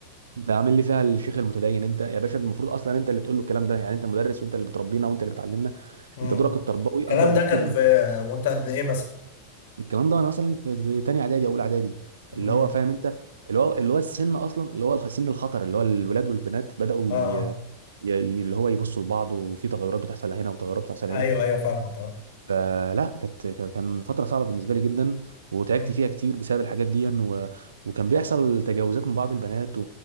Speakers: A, on the right; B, on the left.
A: انت عامل لي فيها الشيخ المتدين انت يا باشا المفروض اصلا انت اللي تقول له الكلام ده يعني انت مدرس وانت اللي بتربينا وانت اللي بتعلمنا
B: امم
A: انت دورك التربوي
B: الكلام
A: اكبر بكتير
B: ده كان في وانت قد ايه مثلا
A: الكلام ده وانا مثلا في في تانية اعدادي اولى اعدادي اللي
B: امم
A: هو فاهم انت اللي هو اللي هو السن اصلا اللي هو الخ- سن الخطر اللي هو الولاد والبنات بداوا
B: اه
A: ي-
B: اه
A: ي- ي- اللي هو يبصوا لبعض وفي تغيرات بتحصل هنا وتغيرات بتحصل
B: ايوه
A: هنا
B: ايوه فاهمك اه
A: فلا كانت كان كان فتره صعبه بالنسبه لي جدا وتعبت
B: امم
A: فيها كتير بسبب الحاجات دي و... وكان بيحصل تجاوزات من بعض البنات و...